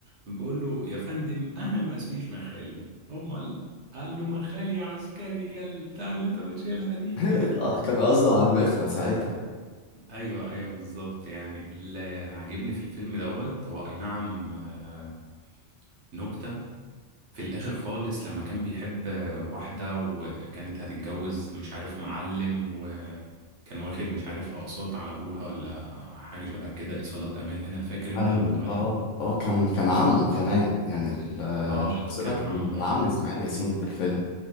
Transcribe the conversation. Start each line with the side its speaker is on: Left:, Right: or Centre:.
Right: بيقول له يا فندم انا ما اسميش مخالي امال قال له مخالي عسكري يا البتاع اللي انت بتشيلها دي
Left: لا،
Right: <laughs>
Left: كان قصده على المخلة ساعتها
Right: ايوه ايوه بالظبط يعني اللي عاجبني في الفيلم دوت هو اي نعم آه، نكتة في الآخر خالص لما كان بيحب واحدة وكانت هتتجوز مش عارف معلم وكان واخد مش عارف أقساط على أبوها ولا حاجة شبه كده إيصالات أمانة فاكر أنت
Left: أيوة
Right: الموضوع
Left: اه
Right: ده؟
Left: اه كان كان عمه كمان يعني ال-
Right: آه
Left: الشخص
Right: كان
Left: ده كان
Right: عمه
Left: كان
Right: آه
Left: عم إسماعيل ياسين في الفيلم